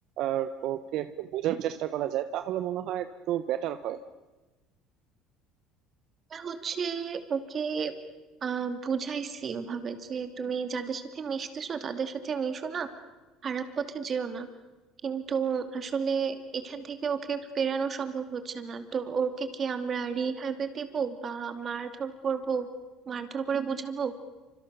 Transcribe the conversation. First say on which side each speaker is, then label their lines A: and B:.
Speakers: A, on the right; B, on the right.
A: আর ওকে একটু বোঝার চেষ্টা করা যায় তাহলে মনে হয় একটু বেটার হয়
B: না হচ্ছে ওকে আহ বুঝাইছি ওভাবে যে তুমি যাদের সাথে মিশতেছো তাদের সাথে মিশো না খারাপ পথে যেও না কিন্তু আসলে এখান থেকে ওকে ফেরানো সম্ভব হচ্ছে না তো ওকে কি আমরা রিহ্যাবে দেবো বা মারধর করবো মারধর করে বোঝাবো